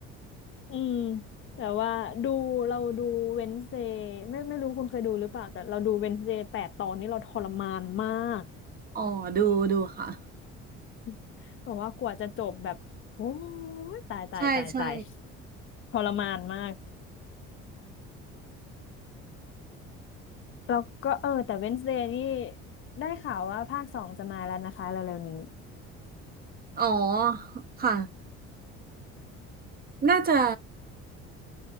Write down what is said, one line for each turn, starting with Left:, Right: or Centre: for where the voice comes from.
Left: อืมแต่ว่าดูเราดูเวน e เ d ย์ไม่ไม่รู้คุณเคยดูหรือเปล่าแต่เราดูเวน e เ d ย์แปดตอนนี้เราทรมานมาก
Right: อ๋อดูดูค่ะ
Left: <laughs> บอกว่ากว่าจะจบแบบโอ้ยตายตายตายตาย
Right: ใช่ใช่
Left: ทรมานมากแล้วก็เออแต่ Wednesday นี่ได้ข่าวว่าภาคสองจะมาแล้วนะคะเร็วๆนี้
Right: อ๋อค่ะน่าจะ